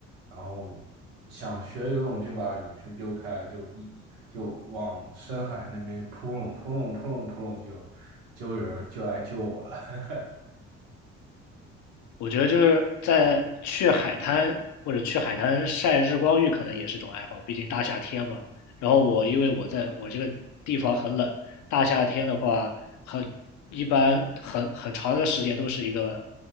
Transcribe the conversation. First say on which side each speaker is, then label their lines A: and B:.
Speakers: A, on the right; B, on the left.
A: 然后想学游泳就把泳圈丢开，就一就往深海那边扑棱扑棱扑棱扑棱，就就有人就来救我了。<laughs>
B: 我觉得就是在去海滩或者去海滩晒日光浴，可能也是种爱好，毕竟大夏天嘛。然后我因为我在我这个地方很冷，大夏天的话很一般很很长的时间都是一个